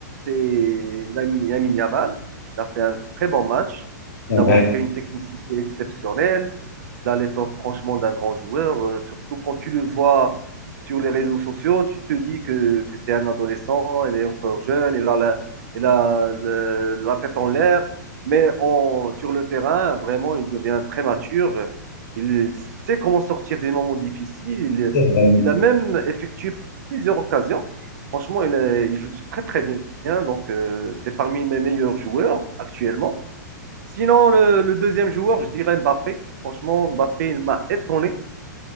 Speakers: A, on the right; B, on the left.
A: c'est Lamine Lamine Yamal. Il a fait un très bon match.
B: C'est
A: Il
B: vrai,
A: a montré une technicité exceptionnelle. Il a l'étoffe franchement d'un grand joueur. euh, surtout quand tu le vois sur les réseaux sociaux, tu te dis que, que c'est un adolescent, il est encore jeune, il a la, il a le- la tête en l'air. Mais en- sur le terrain, vraiment, il devient très mature. Il sait comment sortir des moments difficiles. Il,
B: c'est vrai.
A: il a même effectué plusieurs occasions. Franchement, il, est- il joue très très bien. Donc, euh, c'est parmi mes meilleurs joueurs actuellement. Sinon, le, le deuxième joueur, je dirais Mbappé. Franchement, Mbappé, il m'a étonné.